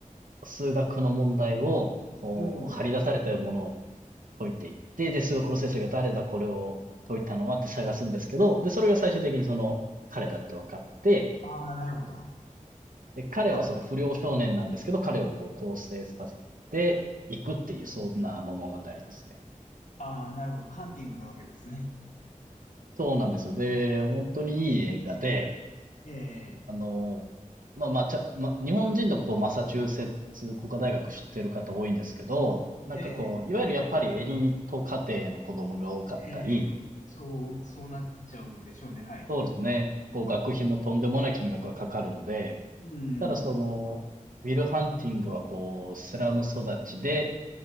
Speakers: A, on the right; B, on the left.
A: 数学の問題を、こう、
B: うん。
A: 張り出されたものを解いていって、で、数学の先生が誰だこれを解いたのはって探すんですけど、で、それが最終的にその彼だって分かって、
B: ああ、なるほど。な
A: で、彼はその不良少年なんですけど、
B: んか、
A: 彼をこう構成させていくっていう、そんな物語ですね。
B: ああ、なるほど。ハンティングなわけですね。
A: そうなんですよ。で、本当にいい映画で、
B: ええ、
A: あの、まあまあ、ちゃ、ま、日本人でもこう、マサチューセッツ工科大学知ってる方多いんですけど、なんかこう、
B: ええ、
A: いわゆるやっぱりエリート家庭の子供が多かったり、
B: ええ、そ、そう、そうなっちゃうんでしょうね。はい。
A: そうですね、こう、学費もとんでもない金額がかかるので、
B: うん。
A: ただその、ウィル・ハンティングはこう、スラム育ちで、